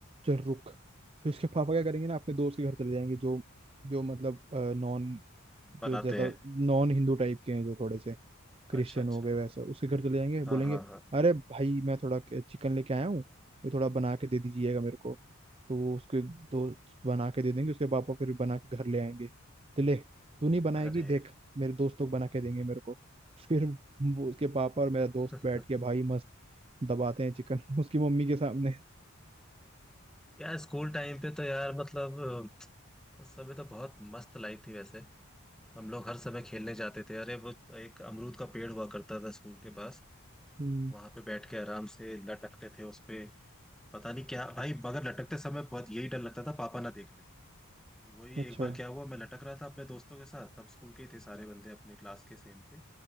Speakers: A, on the right (about 25°); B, in the centre.
A: चल रुक फिर उसके पापा क्या करेंगे ना अपने दोस्त के घर चले जाएंगे जो जो मतलब नॉन
B: बनाते
A: जो ज्यादा
B: हैं
A: नॉन हिंदू टाइप के हैं जो थोड़े से क्रिश्चियन
B: अच्छा अच्छा
A: हो गए वैसे उसके घर चले जाएंगे
B: हाँ
A: बोलेंगे
B: हाँ हाँ
A: अरे भाई मैं थोड़ा चिकन लेके आया हूँ ये थोड़ा बना के दे दीजिएगा मेरे को तो वो उसके दोस्त बना के दे देंगे उसके पापा फिर बना के घर ले आएंगे तो ले तू नहीं बनाएगी
B: अरे
A: देख मेरे दोस्त लोग बना के देंगे मेरे को <laughs> फिर वो उसके पापा और मेरा
B: <laughs>
A: दोस्त बैठ के भाई मस्त दबाते हैं चिकन <laughs> उसकी मम्मी के सामने
B: यार स्कूल टाइम पे तो यार मतलब अ, उस समय तो बहुत मस्त लाइफ थी वैसे हम लोग हर समय खेलने जाते थे अरे वो एक अमरूद का पेड़ हुआ करता था स्कूल के पास
A: हम्म,
B: वहां पे बैठ के आराम से लटकते थे उस पे पता नहीं क्या भाई मगर लटकते समय बहुत यही डर लगता था पापा ना देख ले तो वही
A: अच्छा
B: एक बार क्या हुआ मैं लटक रहा था अपने दोस्तों के साथ सब स्कूल के ही थे सारे बंदे अपने क्लास के सेम के